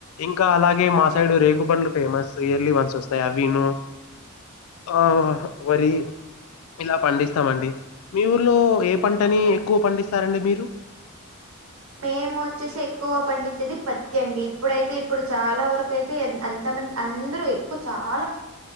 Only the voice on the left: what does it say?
ఇంకా అలాగే మా సైడ్ రేగు పండ్లు ఫేమస్ ఇయర్లీ వన్స్ వస్తాయి. విను ఆ వరి ఇలా పండిస్తామండి మీ ఊర్లో ఏ పంటని
ఎక్కువ పండిస్తారండి మీరు